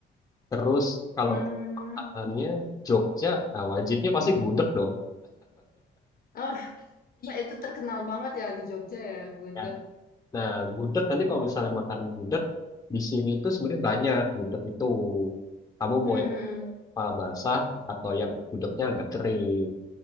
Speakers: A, on the left; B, on the left.
A: Terus kalau
B: Hmm,
A: makanannya Jogja, nah, wajibnya pasti gudeg dong.
B: oh, ya itu terkenal banget ya di Jogja ya, gudeg.
A: Ya, Nah, gudeg nanti kalau misalnya makan gudeg di sini itu sebenarnya banyak gudeg itu. Kamu
B: Hmm,
A: mau
B: hmm.
A: yang apa, basah atau yang gudegnya agak kering.